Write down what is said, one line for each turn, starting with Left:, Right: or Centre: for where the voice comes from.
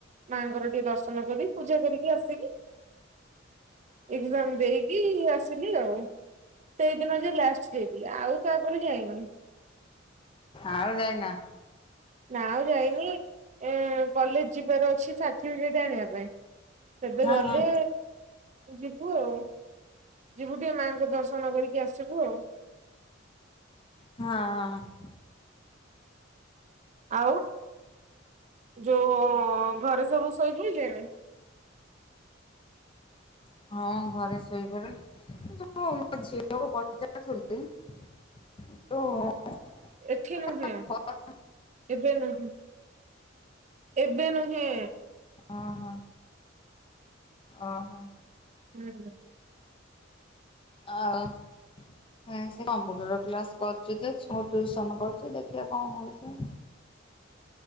Right: ମାଆଙ୍କର ଟିକେ ଦର୍ଶନ କରି ପୂଜା କରିକି ଆସିଲି, ଏକ୍ଜାମ ଦେଇକି ଆସିଲି ଆଉ। ସେଇ ଦିନ ଯେ ଲାଷ୍ଟ ଯାଇଥିଲୁ ଆଉ ତାପରେ ଯାଇନୁ।
Left: ଆଉ ଯାଇନ?
Right: ନା ଆଉ ଯାଇନି, ଉଁ-ଉଁ କଲେଜ ଯିବାର ଅଛି ସାର୍ଟିଫିକେଟ ଆଣିବା ପାଇଁ। ସେବେ
Left: ହଁ
Right: ଗଲେ
Left: ହଁ
Right: ଯିବୁ ଆଉ, ଯିବୁ ଟିକେ ମାଆଙ୍କୁ ଦର୍ଶନ କରିକି ଆସିବୁ ଆଉ।
Left: ହଁଅ-ଅ।
Right: ଆଉ, ଯୋଉ-ଉ-ଉ-ଉଁ ଘରେ ସବୁ ଶୋଇପଡିଲେଣି?
Left: ହଁ ଘରେ ଶୋଇପଡିଲେଣି। <inaudible> ପଚାରୁଥିଲି ଓ-ଓ <inaudible>
Right: ଏଠି ନୁହେଁ ଏବେ ନୁହେଁ, ଏବେ ନୁହେଁ
Left: ଓ ହଁ ଓ ହଁ।
Right: ହୁଁ।
Left: ଆଉ ଉଁ ସେ କମ୍ପୁଟର କ୍ଲାସ୍ କରୁଛି ଯେ ଛୁଆଙ୍କୁ ଟ୍ୟୁସନ କରୁଛି ଦେଖିବା କଣ ହଉଛି।